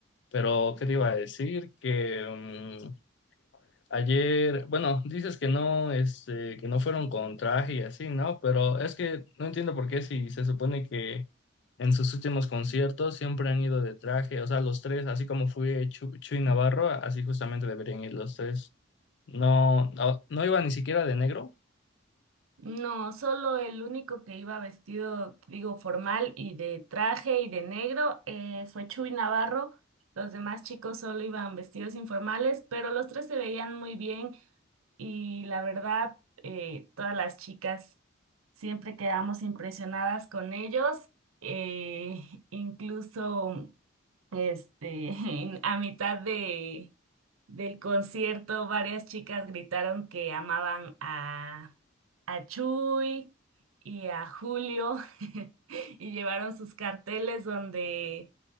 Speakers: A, on the left (about 55°); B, on the right (about 85°).
A: Pero, ¿qué te iba a decir? Que, mm, Ayer, bueno, dices que no, este, que no fueron con traje y así, ¿no? Pero es que no entiendo por qué si se supone que en sus últimos conciertos siempre han ido de traje, o sea, los tres, así como fue Chu- Chuy Navarro, así justamente deberían ir los tres. No, no, no iba ni siquiera de negro.
B: No, solo el único que iba vestido, digo, formal y de traje y de negro eh, fue Chuy Navarro. Los demás chicos solo iban vestidos informales, pero los tres se veían muy bien y la verdad, eh, todas las chicas siempre quedamos impresionadas con ellos. eh, incluso Este, <laughs> a mitad de, del concierto, varias chicas gritaron que amaban a, a Chuy y a Julio <laughs> y llevaron sus carteles donde,